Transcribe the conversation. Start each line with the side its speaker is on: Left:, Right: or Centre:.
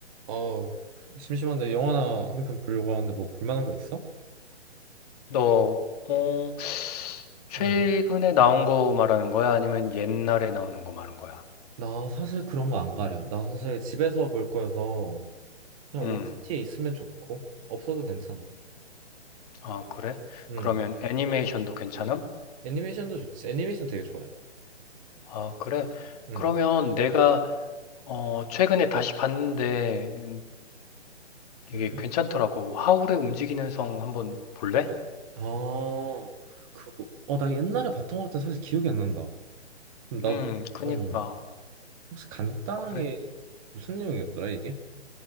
Right: 어, 심심한데 영화나 한 편 보려고 하는데 뭐 볼만한 거 있어?
Left: 너, 어, 최근에
Right: 응.
Left: 나온 거 말하는 거야? 아니면 옛날에 나오는 거 말하는 거야?
Right: 나 사실 그런 거 안 가려. 나 사실 집에서 볼 거여서 그냥
Left: 음,
Right: OTT에 있으면 좋고 없어도 괜찮아.
Left: 아, 그래?
Right: 응
Left: 그러면 애니메이션도 괜찮음?
Right: 애니메이션도 좋지. 애니메이션 되게 좋아해.
Left: 아, 그래?
Right: 응
Left: 그러면 내가, 어, 최근에 다시 봤는데, 음, 이게
Right: 응
Left: 괜찮더라고. 하울의 움직이는 성 한번 볼래?
Right: 아, 그거. 어, 나 옛날에 봤던 것 같아. 사실 기억이 안 난다. 좀 나,
Left: 음,
Right: 어,
Left: 그니까.
Right: 혹시 간단하게
Left: 그래.
Right: 무슨 내용이었더라 이게?